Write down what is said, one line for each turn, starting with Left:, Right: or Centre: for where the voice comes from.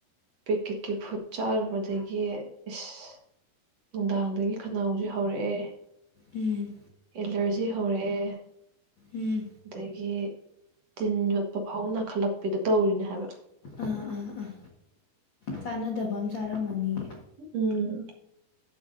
Right: ꯄꯦꯛꯀꯦꯠꯀꯤ ꯐꯨꯠ ꯆꯥꯔꯨꯕꯗꯒꯤ ꯏꯁ ꯅꯨꯡꯗꯥꯡꯗꯒꯤ ꯈꯅꯥꯎꯁꯦ ꯍꯧꯔꯛꯑꯦ
Left: ꯎꯝ
Right: ꯑꯦꯂꯔꯖꯤ ꯍꯧꯔꯑꯦ
Left: ꯎꯝ
Right: ꯎ ꯑꯗꯒꯤ ꯇꯤꯟ ꯌꯣꯠꯄ ꯐꯥꯎ ꯅꯥꯈꯠꯂꯛꯄꯤꯗꯣ ꯇꯧꯔꯤꯅꯦ ꯍꯥꯏꯕ
Left: ꯑꯥ ꯑꯥ ꯑꯥ ꯆꯥꯟꯅꯗꯕ ꯑꯃ ꯆꯥꯔꯝꯃꯅꯤꯌꯦ
Right: ꯎꯝ